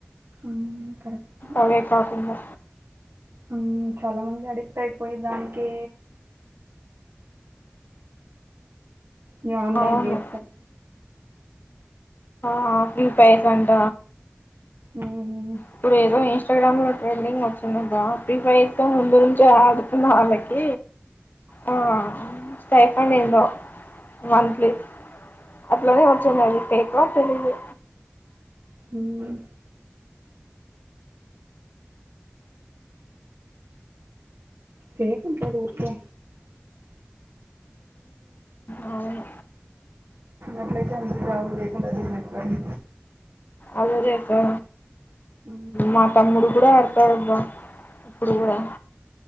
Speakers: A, on the right; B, on the left.
A: మ్మ్, కరెక్టే
B: అవే కాకుండా
A: మ్మ్, చాలా మంది అడిక్ట్ అయిపోయి దానికే నీ ఆన్లైన్
B: అవును
A: గేమ్స్ అని
B: ఆ ఫ్రీ ఫయర్ అంట.
A: మ్మ్,
B: ఇప్పుడు ఏదో ఇస్తగ్రామ్ లో ట్రెండింగ్ వచ్చింది బా ఫ్రీ ఫైర్ ముందు నుంచి ఆడుతున్నా వాళ్ళకి
A: ఓ <inaudible>
B: ఆ స్టైఫాండ్ ఏందో మంత్లీ అట్లనే వచ్చునాది. ఫేక్ ఓ తెలియదు
A: మ్మ్. ఫేక్ ఉంటాది ఊరికే
B: అవును
A: అట్లయితే అందరూ జాబ్లు చేయకుండా అదే చేస్తారు.
B: అది అదే అక్కా
A: మ్మ్,
B: మా తమ్ముడు కూడా ఆడతాడు ఇప్పుడు కూడా